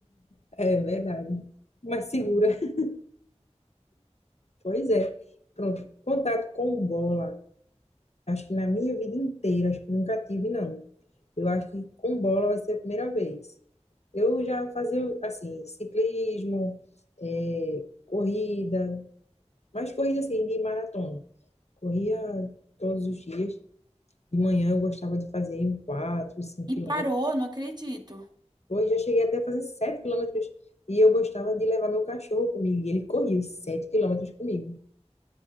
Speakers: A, on the left (about 65°); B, on the right (about 35°).
A: É verdade. Mais segura. <laughs> Pois é. Pronto. Contato com bola. Acho que na minha vida inteira, acho que nunca tive, não. Eu acho que com bola vai ser a primeira vez. Eu já fazia, assim, ciclismo, é, corrida, mas corrida, assim, de maratona. Corria todos os dias. De manhã eu gostava de fazer 4, 5 quilômetros.
B: E parou, não acredito.
A: Hoje já cheguei até a fazer 7 quilômetros. E eu gostava de levar meu cachorro comigo. E ele corria os 7 quilômetros comigo.